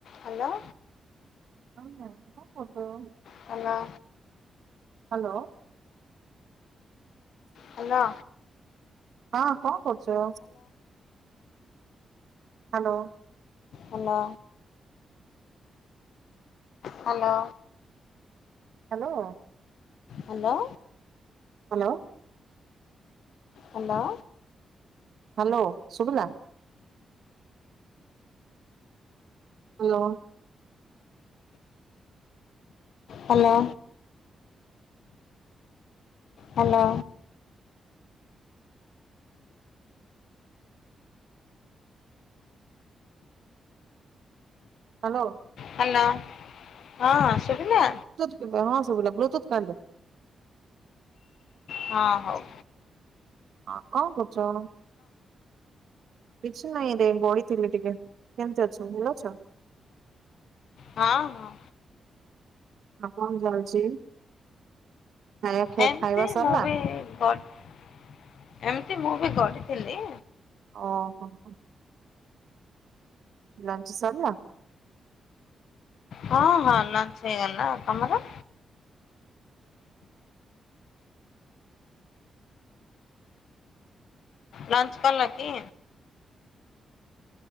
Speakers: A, on the left; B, on the right.
A: ହାଲୋ।
B: ହଁ ହଁ ହେଟା <inaudible> ପଚାରନି।
A: ହାଲୋ।
B: ହାଲୋ।
A: ହାଲ।
B: ହଁ କଣ କରୁଛ? Hello.
A: Hello. Hello.
B: Hello.
A: Hello.
B: Hello.
A: Hello.
B: Hello ଶୁଭିଲା? Hello.
A: Hello. Hello.
B: Hello.
A: Hello. ହଁ ଶୁଭିଲା?
B: ଏବେ ହଁ ଶୁଭିଲା। ବ୍ଲୁଟୁଥ୍ କାଢିଦିଅ।
A: ହଁ ହଉ।
B: ହଁ କଣ କରୁଛ? କିଛି ନାଇଁ ରେ ବଇଥିଲି ଟିକେ। କେମିତି ଅଛ? ଭଲ ଅଛ?
A: ହଁ ହଁ।
B: ଆଉ କଣ ଚାଲିଛି? <inaudible> ଖାଇବା
A: ଏମିତି
B: ଖାଇବା ସରିଲା?
A: ମୁଁ ବି ଗ-ଏମିତି ମୁଁ ବି ଗଢିଥିଲି
B: ଓହୋ ହୋ। ଲଞ୍ଚ ସରିଲା?
A: ହଁ ହଁ ଲଞ୍ଚ ହେଇଗଲା। ଆଉ ତମର? ଲଞ୍ଚ କଲ କି?